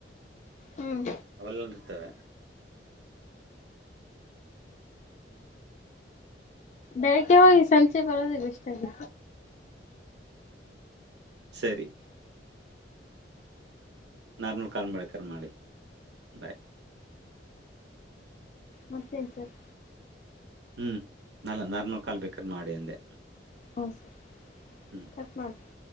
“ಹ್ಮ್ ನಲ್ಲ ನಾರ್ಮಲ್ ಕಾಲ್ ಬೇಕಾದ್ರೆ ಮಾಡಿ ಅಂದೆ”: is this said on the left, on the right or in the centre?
Right